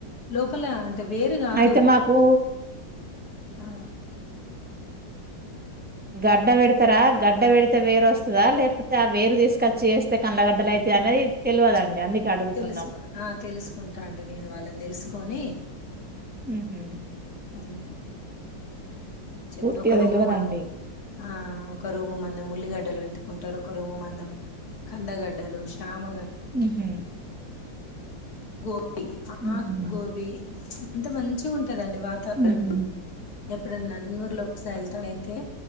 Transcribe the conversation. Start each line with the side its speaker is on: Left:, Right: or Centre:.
Left: లోపల వేరు కాదు
Right: అయితే మాకు
Left: ఆ
Right: గడ్డ వెడతారా గడ్డ వెడితే వేరు వస్తుందా, లేకపోతే ఆ వేరు తీసుకొచ్చి వేస్తే కందగడ్డలు అయిత అనేది తెలియదండి, అందుకే అడుగుతున్నాం.
Left: తెలుసుకో ఆ తెలుసుకుంటా అండి నేను వాళ్ళని తెలుసుకొని
Right: హుహు.
Left: అ చెప్తే
Right: పూర్తిగా
Left: ఒక రూమ్
Right: తెలవదండి.
Left: వన్ హఆ ఒక రూము మందం ఉల్లిగడ్డలు పెట్టుకుంటారు ఒక రూము మందం కందగడ్డలు శ్యామగడ్డ
Right: ఊ హు
Left: గోబీ
Right: హుహు.
Left: ఆకుగోబి అంత మంచిగ్ ఉంటదండి వాతావరణం
Right: హుహు.
Left: ఎ ప్ ఇప్పుడు నందమూరిలో ఒక సైలితం అయితే